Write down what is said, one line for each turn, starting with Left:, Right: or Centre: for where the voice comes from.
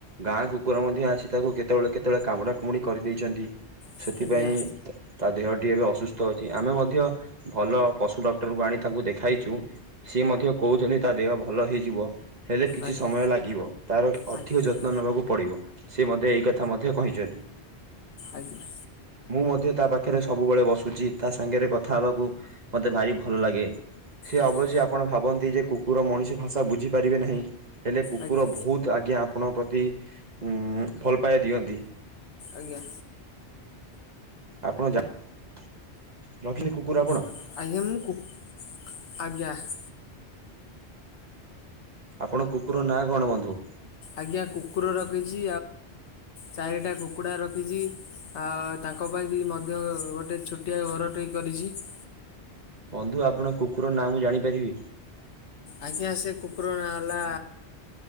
Right: ଗାଁ କୁକୁର ମଧ୍ୟ ଆସି ତାକୁ କେତବଳେ କେତ--ଳେ କାମୁଡ଼ା କୁମୁଡ଼ି କରି ଦେଇଚନ୍ତି।
Left: ଆଜ୍ଞା
Right: ସେଥିପାଇଁ
Left: ଆଜ୍ଞା
Right: ତା ଦେହଟି ଏବେ ଅସୁସ୍ଥ ଅଛି। ଆମେ ମଧ୍ୟ ଭଲ ପଶୁ ଡକ୍ଟରକୁ ଆଣି ତାକୁ ଦେଖାଇଚୁ। ସିଏ ମଧ୍ୟ କଉଚନ୍ତି ତା' ଦେହ ଭଲ ହେଇଯିବ। ହେଲେ କିଛି
Left: ଆଜ୍ଞା ଆଜ୍ଞା
Right: ସମୟ ଲାଗିବ, ତା'ର ଅଧିକ
Left: ଆଜ୍ଞା
Right: ଯତ୍ନ ବାକୁ ପଡ଼ିବ। ସେ ମତେ ଏହି କଥା ମଧ୍ୟ କହିଚତି।
Left: ଆଜ୍ଞା ଆଜ୍ଞା
Right: ମୁଁ ମଧ୍ୟ ତା'ପାଖରେ ସବୁବେଳେ ବସୁଚି, ତା'ସାଙ୍ଗେରେ କଥା ହେବାକୁ ମତେ ଭାରି ଭଲ୍‌ ଲାଗେ।
Left: ଆଜ୍ଞା
Right: ଅବଶ୍ୟ ଆପଣ ଭାବନ୍ତି ଯେ, କୁକୁର ମଣିଷ ଭାଷା ବୁଝିପାରିବେ ନାହିଁ। ହେଲେ କୁକୁର
Left: ଆଜ୍ଞା
Right: ବହୁତ୍ ଆଜ୍ଞା ଆପଣଙ୍କ ପ୍ରତି ଉଁ ଭଲ୍ ପାଇବା ଦିଅନ୍ତି।
Left: ଆଜ୍ଞା।
Right: <unintelligible>
Left: <inaudible>
Right: ଆପଣ କୁକୁର ନାଁ କ'ଣ ବନ୍ଧୁ?
Left: ଆଜ୍ଞା, କୁକୁର ରଖିଚି। ଚାରିଟା କୁକୁଡ଼ା ରଖିଚି, ତାଙ୍କ ପାଇଁ ବି ମଧ୍ୟ ଗୋଟେ ଛୁ <inaudible>
Right: ବନ୍ଧୁ, ଆପଣ କୁକୁର ନାଁ ମୁଁ ଜାଣିପାରିବି।
Left: ଆଜ୍ଞା, ସେ କୁକୁର ହେଲା